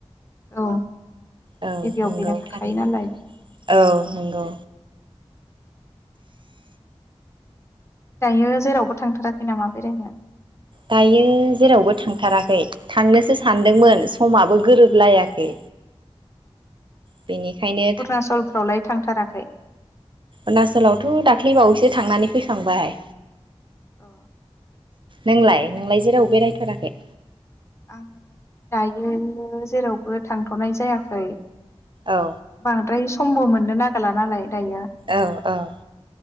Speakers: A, on the left; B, on the right.
A: औ
B: औ
A: गिबियाव
B: नंगौ
A: बेनो थाखायो
B: थारैनो
A: नालाय
B: औ नंगौ।
A: दायो जेरावबो थांथाराखै नामा बेरायनो?
B: दायो जेरावबो थांथाराखै थांनोसो सानदोंमोन समाबो गोरोबलायाखै। बेनिखायनो
A: अरुनाचलफ्रावलाय थांथाराखै?
B: अरुणचलावथ दाख्लैबावैसो थांनानै फैखांबाय
A: अ
B: नोंलाय नोंलाय जेराव बेरायथाराखै?
A: आङो दायो जेरावबो थांथनाय जायाखै।
B: औ
A: बांद्राय समबो मोनो ना थोला नालाय दायो
B: औ औ।